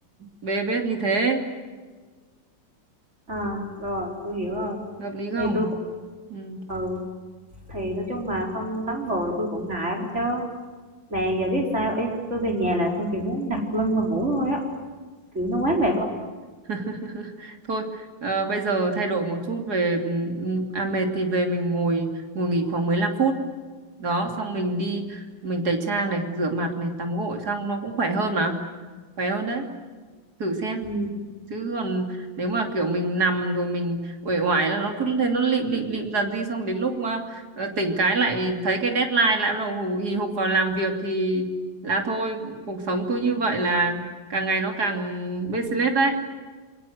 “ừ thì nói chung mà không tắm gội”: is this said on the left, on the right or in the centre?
Right